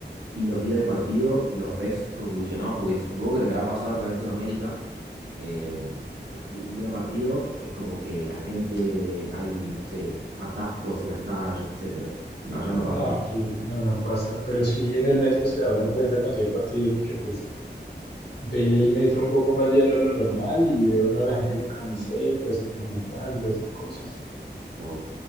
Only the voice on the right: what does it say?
Y los días de partido los ves convulsionados, porque supongo que te habrá pasado acá en Sudamérica. eh, un día de partido es como que la gente, hay, no sé, atascos en las calles, etcétera. Allá no pasa,
¿no?
O,